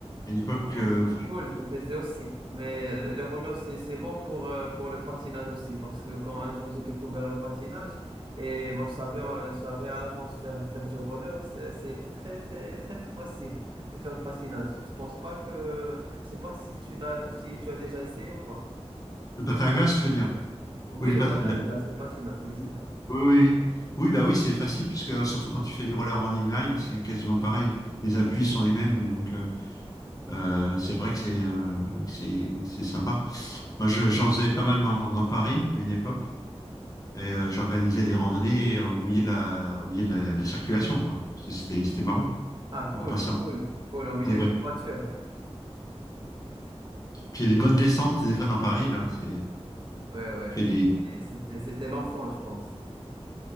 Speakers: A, on the left; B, on the right.
A: À une époque,
B: Ah, cool,
A: euh,
B: cool, je le faisais aussi. Mais le, le roller, c'est, c'est bon pour, euh, pour le patinage aussi, parce que quand un jour j'ai découvert le patinage, et moi je savais, euh, je savais à l'avance faire, faire du roller, c'est- c'était très, très, très, très facile de faire le patinage. Je pense pas que, je sais pas si tu as, si tu as déjà essayé ou pas.
A: le patin à glace, tu veux dire?
B: Oui,
A: Oui, le
B: les
A: pa-
B: patins
A: le-
B: à glace, le patinage, oui, c'est
A: oui,
B: ça.
A: oui. oui. Oui, bah oui, c'est facile, puisque euh, surtout quand tu fais du roller en inline, c'est quasiment pareil. Les appuis sont les mêmes, donc euh, euh, c'est vrai que c'est euh, que c'est que c'est sympa. Moi, je- j'en faisais pas mal dans, dans Paris à une époque, et euh, j'organisais
B: Oui.
A: des randonnées euh, au milieu de la au milieu de la, de la circulation, quoi. C'était c'était marrant.
B: Ah, cool,
A: On passait entre
B: cool, cool, au milieu
A: les voitures.
B: d'une voiture.
A: Puis il y a des bonnes descentes des fois dans Paris, là. C'est
B: Ouais, ouais,
A: fait
B: c'était
A: des.
B: c'était- c'était l'enfant, je pense.